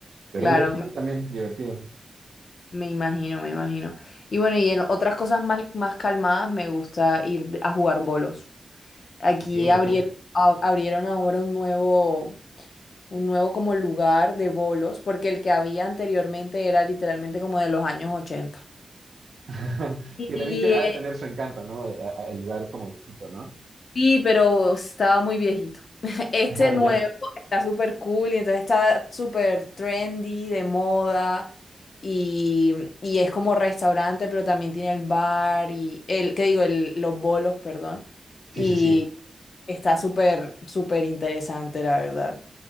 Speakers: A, on the right; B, on the left.
A: Pero
B: claro.
A: divertido también, divertido.
B: Me imagino, me imagino. Y bueno, y en otras cosas más más calmadas me gusta ir de- a jugar bolos. Aquí
A: Ok,
B: abrieron,
A: ok.
B: a- abrieron ahora un nuevo, un nuevo como lugar de bolos, porque el que había anteriormente era literalmente como de los años 80.
A: <laughs>
B: Y
A: Que también te- ha de tener su encanto, ¿no? Eh, a- a- El lugar como viejito, ¿no?
B: Sí, pero estaba muy viejito. <laughs> Este
A: <laughs>
B: nuevo
A: Ya,
B: está súper cool y entonces está súper trendy, de moda y, y es como restaurante, pero también tiene el bar y el, ¿qué digo? El, los bolos, perdón. Y
A: sí, sí, sí.
B: está súper, súper interesante, la verdad.